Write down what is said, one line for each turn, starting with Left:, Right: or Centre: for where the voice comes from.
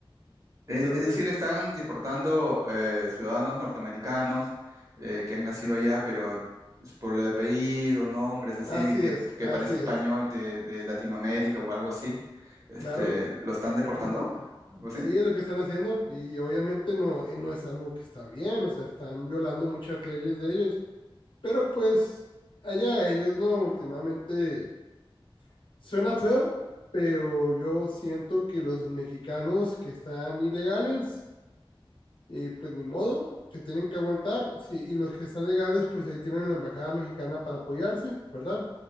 Right: Es,
Left: pero
Right: es decir,
Left: pues
Right: están deportando eh, ciudadanos norteamericanos eh, que han nacido allá, pero es por el apellido, nombres así,
Left: así
Right: que,
Left: es,
Right: que
Left: así
Right: parece español
Left: es,
Right: de, de Latinoamérica o algo así, este,
Left: claro,
Right: ¿lo están deportando? ¿Algo así?
Left: sí es lo que están haciendo y obviamente no, eh, no es algo que está bien, o sea, están violando muchas leyes de ellos, pero pues allá ellos, ¿no? Últimamente suena feo, pero yo siento que los mexicanos que están ilegales y pues ni modo, se tienen que aguantar, sí, y los que están legales, pues ahí tienen la embajada mexicana para apoyarse, ¿verdad?